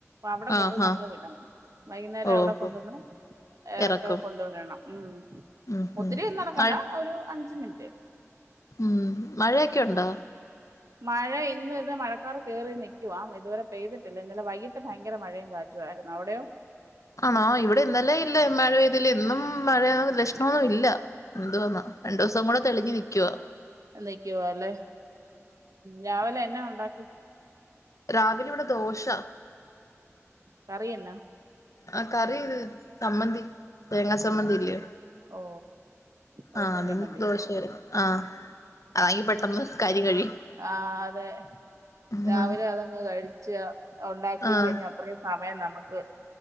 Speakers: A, on the right (about 85°); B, on the left (about 80°).
A: അവിടെ
B: ആഹ്
A: കൊണ്ട് നമ്മള്
B: ആഹ്
A: വിടണം വൈകുന്നേരം
B: ഓഹോ
A: അവിടെ കൊണ്ടുവന്ന് ഇറക്ക
B: ഇറക്കും
A: കൊണ്ടുവരണം ഉം
B: ഉം
A: ഒത്തിരിയൊന്നും
B: ഉം
A: നടക്കണ്ട
B: മഴ
A: ഒരു അഞ്ച് മിനിറ്റ്
B: ഉം മഴക്കെണ്ടോ
A: മഴ ഇന്ന് ഇത് മഴക്കാർ കയറി നൽക്കുവാ ഇതുവരെ പെയ്തിട്ടില്ല ഇന്നലെ വൈകിട്ട് ഭയങ്കര മഴയും കാറ്റും റ്റുവായിരുന്നു അവിടെയോ
B: ആണോ ഇവിടെ ഇന്നലെ ഇല്ല മഴ പെയ്തില്ല ഇന്നും മഴ ലക്ഷണമൊന്നും ഇല്ല എന്തു വന്നാ രണ്ടു ദിവസം കൂടെ തെളിഞ് നിൽക്കുവാ
A: നക്കിവാ അല്ലേ രാവിലെ എന്ന ഉണ്ടാക്കി
B: രാവിലെ ഇവിടെ ദോശ
A: കറി എന്നാ
B: ആഹ് കറി സമ്മന്തി തേങ്ങാസമ്മന്തി
A: ആഹ്
B: ഇല്ലേ
A: ഓ ദോശയും
B: ആഹ്
A: ചമ്മന്തിയും
B: ദോഷായിരുന്നു ആഹ് അതങ്ങ് പെട്ടെന്ന് കാര്യം കഴിയും
A: ആഹ് അതെ
B: ആഹ്
A: രാവില അതങ്ങ് കഴിച്ച ഉണ്ടാക്കി
B: ആഹ്
A: കഴിഞ്ഞ അത്രയും സമയം നമുക്ക്